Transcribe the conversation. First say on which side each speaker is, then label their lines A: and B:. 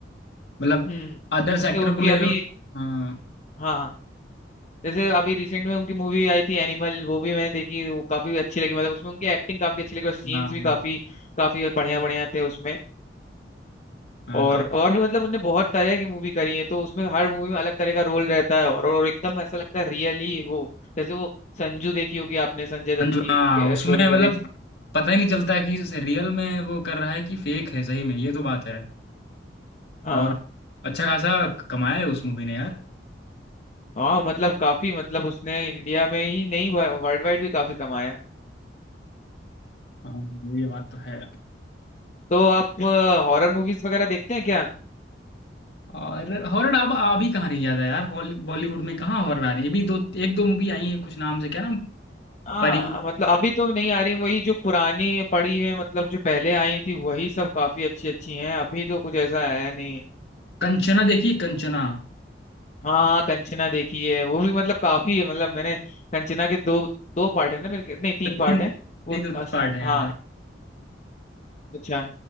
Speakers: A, on the left; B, on the left.
A: मतलब
B: हम्म
A: अदर्स
B: जैसे
A: एक्टर
B: उनकी
A: को ले
B: अभी
A: लो हाँ
B: हाँ हाँ जैसे अभी रिसेंट में उनकी मूवी आई थी एनिमल वो भी मैंने देखी वो काफी अच्छी लगी मतलब उसमें उनकी एक्टिंग काफी अच्छी लगी और सीन्स
A: हाँ
B: भी काफी काफी बढ़िया बढ़िया थे उसमें
A: हाँ
B: और और भी मतलब उनने बहुत तरह की मूवी करी है तो उसमें हर मूवी में अलग तरह का रोल रहता है और और एकदम ऐसा लगता है रियली वो जैसे वो संजू देखी होगी आपने संजय दत्त
A: संजू
B: की
A: हाँ उसमें
B: स्टोरी पे
A: मतलब
B: बेस्ड
A: पता ही नहीं चलता है कि रियल में वो कर रहा है कि फेक है सही में ये तो बात है
B: हाँ
A: और अच्छा खासा कमाया है उस मूवी ने यार
B: हाँ मतलब काफी मतलब उसने इंडिया में ही नहीं वर्ल्ड वाइड भी काफी कमाया
A: हाँ ये बात तो है
B: तो आप हॉरर मूवीज वगैरह देखते हैं क्या
A: और हॉरर अब आ भी कहाँ रही ज्यादा यार हॉली- बॉलीवुड में कहाँ हॉरर आ रही है अभी दो एक दो मूवी आई है कुछ नाम से क्या नाम
B: हाँ
A: परी
B: मतलब अभी तो नहीं आ रही वही जो पुरानी पड़ी है मतलब जो पहले आई थी वही सब काफी अच्छी अच्छी हैं अभी तो कुछ ऐसा आया नहीं है।
A: कंचना देखी कंचना
B: हाँ कंचना देखी है वो भी मतलब काफी है मतलब मैंने कंचना के दो दो पार्ट है ना मेरे के- नहीं तीन
A: दो
B: पार्ट
A: तीन
B: है वो
A: नहीं दो तीन पार्ट है यार
B: हाँ अच्छा